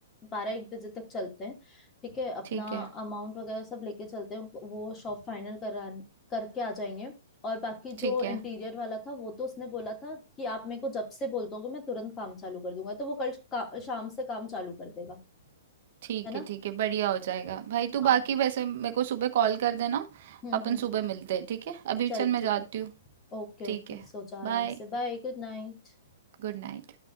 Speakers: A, on the left; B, on the right.
A: बारह एक बजे तक चलते हैं ठीक है अपना
B: ठीक है
A: अमाउंट वगैरह सब लेके चलते हैं उनको- वो शॉप फाइनल करा करके आ जाएंगे और बाकी
B: ठीक
A: जो इंटीरियर
B: है
A: वाला था वो तो उसने बोला था कि आप मेरे को जब से बोल दोगे मैं तुरंत काम चालू कर दूंगा तो वो कल का, शाम से काम चालू कर देगा
B: ठीक
A: है ना
B: है ठीक है बढ़िया हो जाएगा भाई तू
A: हाँ
B: बाकी वैसे मेरे को सुबह कॉल कर देना
A: हम्म
B: अपन
A: हम्म
B: सुबह मिलते हैं ठीक है अभी
A: चल
B: चल मैं
A: ठीक
B: जाती
A: है
B: हूँ
A: ओके
B: ठीक
A: ओके
B: है
A: सो जा आराम
B: बाय
A: से बाय गुड नाइट
B: गुड नाइट